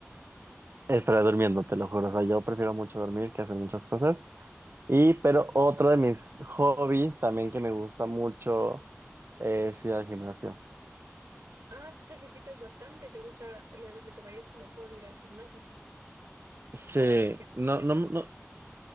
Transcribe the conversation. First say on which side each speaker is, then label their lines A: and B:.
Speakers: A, on the right; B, on the right.
A: estaría durmiendo, te lo juro. O sea, yo prefiero mucho dormir que hacer muchas cosas. Y, pero otro de mis hobbies también que me gusta mucho es ir al gimnasio.
B: Ah, tú te ejercitas bastante. ¿Te gusta, le, le tomarías como hobby ir al gimnasio
A: Sí,
B: o al ejercicio
A: no, no,
B: como
A: no,
B: tal?